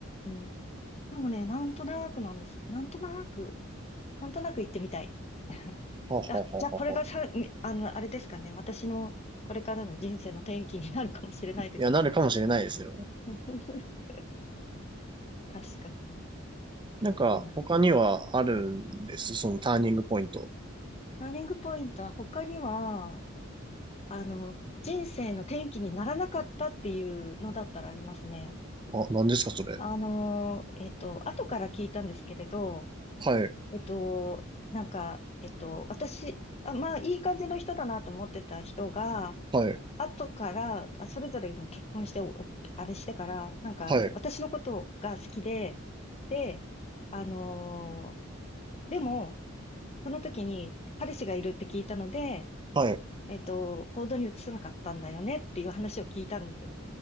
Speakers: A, on the left (about 30°); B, on the right (about 25°).
A: ん。でもね、なんとなくなんです。なんとなく。なんとなく行ってみたい。<laughs>
B: ははははは。
A: あ、じゃあこれがさ、みあの、あれですかね。私のこれからの人生の転機になるかもしれないですね。
B: いや、なるかもしれないですよ。
A: <laughs> 確かに。
B: なんか、
A: うん。
B: 他にはあるんです、そのターニングポイント。
A: ターニングポイントは他には、あの、人生の転機にならなかったっていうのだったらありますね。
B: あ、何ですか、それ。
A: あの、えっと、後から聞いたんですけれど、
B: はい、
A: えっと、なんか、えっと、私、あ、まあ、いい感じの人だなと思ってた人が、
B: はい、
A: 後から、あ、それぞれもう結婚して、おおあれしてから、なんか、
B: はい、
A: 私のことが好きで、で、あのーでも、その時に彼氏がいるって聞いたので、
B: はい。
A: えっと、行動に移さなかったんだよねっていう話を聞いたんですよ。